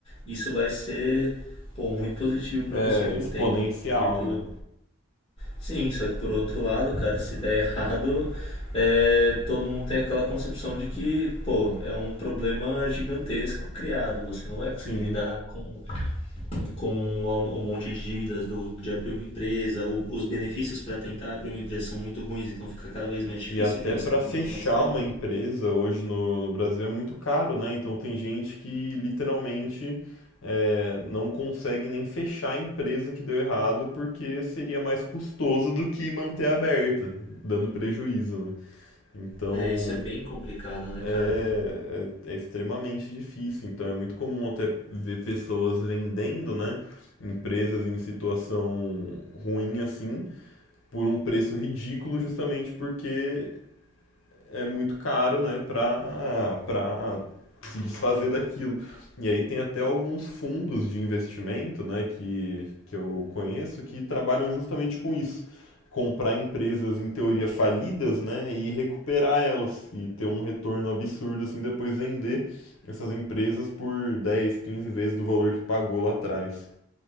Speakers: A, on the left; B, on the left.
A: isso vai ser, pô, muito positivo para
B: É
A: você com
B: exponencial,
A: o tempo. Só que pelo,
B: né?
A: Sim, só que por outro lado, cara, se der <laughs> errado, é, todo mundo tem aquela concepção de que, pô, é um problema gigantesco criado. Você não vai conseguir
B: Sim.
A: lidar com, com o, o monte de dívidas do, de abrir uma empresa. O- os benefícios para tentar abrir uma empresa são muito ruins, então fica cada vez mais difícil
B: E até
A: de você
B: para
A: ter
B: fechar
A: motivação.
B: uma empresa hoje no, no Brasil é muito caro, né? Então tem gente que literalmente é, não consegue nem fechar a empresa que deu errado porque seria mais custoso do que manter aberta, dando prejuízo, né? Então
A: É, isso é bem complicado, né,
B: é,
A: cara? Por-
B: é, é extremamente difícil. Então é muito comum até ver pessoas vendendo, né? Empresas em situação ruim assim, por um preço ridículo, justamente porque é muito caro, né, para para se desfazer daquilo. E aí tem até alguns fundos de investimento, né, que, que eu conheço que trabalham justamente com isso. Comprar empresas em teoria falidas, né, e recuperar elas e ter um retorno absurdo assim depois vender essas empresas por 10, 15 vezes do valor que pagou lá atrás.